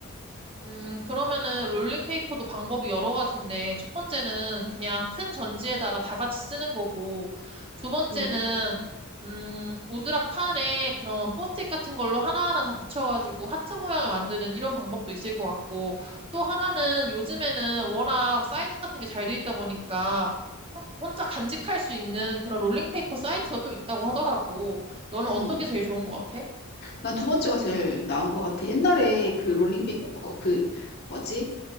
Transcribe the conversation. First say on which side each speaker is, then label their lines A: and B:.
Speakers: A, on the right; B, on the left.
A: 음, 그러면은 롤링페이퍼도 방법이 여러 가지인데, 첫 번째는 그냥 큰 전지에다가 다 같이 쓰는 거고, 두 번째는,
B: 음.
A: 음, 오드락 판에 그런 포스트잇 같은 걸로 하나하나 다 붙여가지고 하트 모양을 만드는 이런 방법도 있을 것 같고, 또 하나는 요즘에는 워낙 사이트 같은 게 잘 돼 있다 보니까, 혼- 혼자 간직할 수 있는 그런 롤링페이퍼 사이트가 또 있다고 하더라고. 너는
B: 음.
A: 어떤 게 제일 좋은 것 같아?
B: 난 두 번째가 제일 나은 것 같아. 옛날에 그 롤링페이퍼, 그, 뭐지?